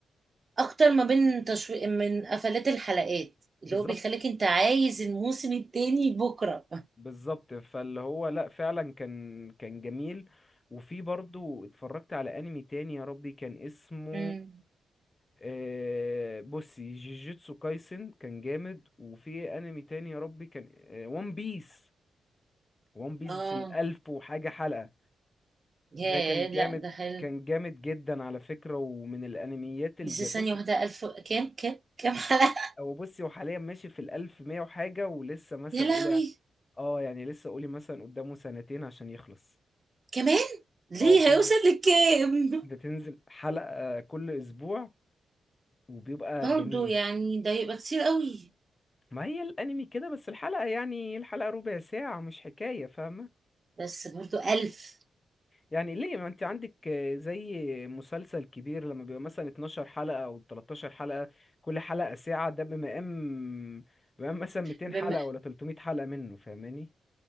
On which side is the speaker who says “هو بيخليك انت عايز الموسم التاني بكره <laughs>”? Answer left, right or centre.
Right